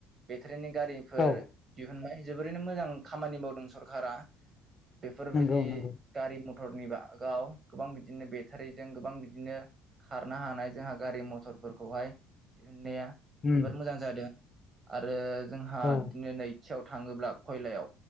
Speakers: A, on the right (about 30°); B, on the left (about 35°).
A: बेटा नि गारिफोर
B: औ
A: दिहुनबाय जोबोरैनो मोजां खामानि मावदों सरखारा। बेफोरबायदि
B: नंगौ नंगौ
A: गारि-मथरनि बागाव गोबां बिदि बिदिनो बेटारिजों गोबां बिदिनो खारनो हानाय जोंहा गारि मथरफोरखौहाय दिहुनन्नाया
B: उम
A: जोबोर मोजां जादों आरो जोंहा
B: औ
A: बिदिनो नै सायाव थाङोब्ला खयलायाव